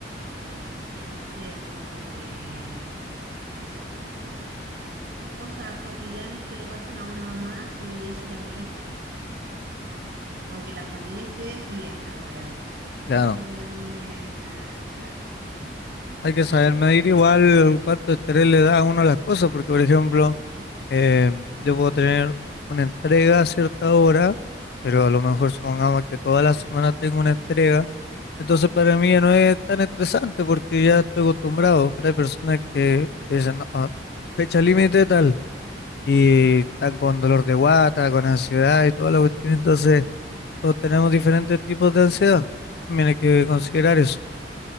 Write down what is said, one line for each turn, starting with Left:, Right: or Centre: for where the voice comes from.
Right: de que no estén enfermos, de que, no sé, de- cosas cotidianas que le pasan a una mamá y eso también estresa. Como que la familia esté bien alrededor.
Left: claro.
Right: Eso también me, claro, m- me,
Left: Hay que
Right: me
Left: saber
Right: provoca
Left: medir
Right: un
Left: igual
Right: poco.
Left: cuánto estrés le da a uno a las cosas, porque por ejemplo, eh, yo puedo tener una entrega a cierta hora, pero a lo mejor supongamos que toda la semana tengo una entrega. Entonces para mí ya no es tan estresante porque ya estoy acostumbrado, pero hay personas que dicen, no, ah, fecha límite tal, y están con dolor de guata, con ansiedad y toda la cuestión, entonces todos tenemos diferentes tipos de ansiedad, también hay que considerar eso.